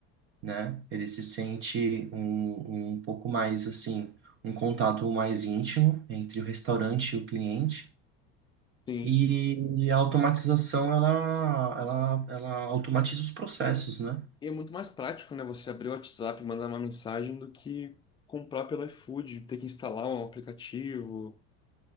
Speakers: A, on the right; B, on the left.
A: né? Ele se sente um, um pouco mais assim, um contato mais íntimo entre o restaurante e o cliente.
B: Sim.
A: E, e a automatização, ela, ela, ela automatiza os processos, né?
B: E é muito mais prático, né? Você abrir o WhatsApp e mandar uma mensagem do que comprar pelo iFood, ter que instalar um aplicativo,